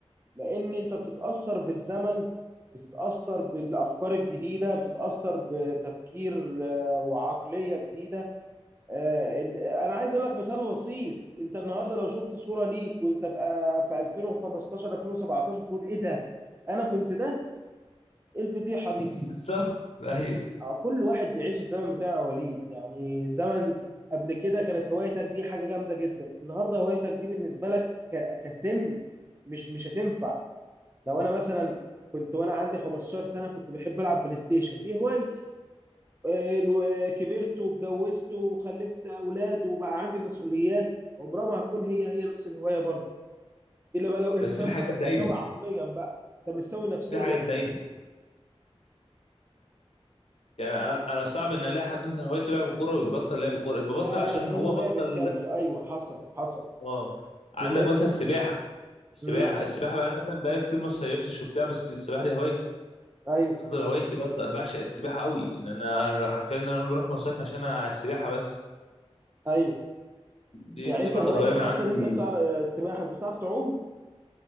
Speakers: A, on the right (about 20°); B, on the left (about 75°).
A: لان انت بتتاثر بالزمن بتتاثر بالافكار الجديده بتتاثر بتفكير آه، وعقليه جديده آه، ال- انا عايز اقول لك مثال بسيط انت النهارده لو شفت صوره ليك وانت في آه، في 2015 2017 تقول ايه ده انا كنت ده ايه الفضيحه
B: <laughs>
A: دي
B: بالظبط ايوه
A: آه، كل واحد بيعيش الزمن بتاعه يا وليد يعني زمن قبل كده كانت هوايتك دي حاجة جامدة جدا النهاردة هوايتك دي بالنسبة لك ك- كسن مش مش هتنفع لو انا مثلا كنت وانا عندي 15 سنة كنت بحب العب بلاي ستيشن دي هوايتي آه، الو- آه، كبرت واتجوزت وخلفت اولاد وبقى عندي مسؤوليات عمرها ما هتكون هي هي نفس الهواية برضه الا بقى لو انسان
B: بس في
A: بقى
B: حاجات
A: متساوي
B: دايمه
A: عقليا بقى ده مش سوي نفسيا
B: في حاجات دايمه يعني انا انا صعب ان الاقي حد مثلا هوايته لعب كوره ويبطل لعب كوره ببطل
A: لا
B: عشان
A: لا دي
B: هو
A: هواية
B: بطل
A: بتكمل ايوه حصل حصل
B: اه عندك
A: دي هوايتنا
B: مثلا السباحه السباحه
A: كلنا
B: السباحه بقى أنا مثلا بقى كتير ما صيفتش وبتاع بس السباحه دي هوايتي
A: ايوه
B: تفضل هوايتي
A: ايوه
B: برضه انا بعشق السباحه قوي ان انا أنا حرفيا إن انا بروح مصيف عشان أنا على السباحه بس
A: ايوه
B: دي
A: يعني
B: دي
A: انت
B: برضه
A: هوايتك
B: هوايه من
A: اصلا
B: عندي
A: انت بتاع السباحه انت بتعرف تعوم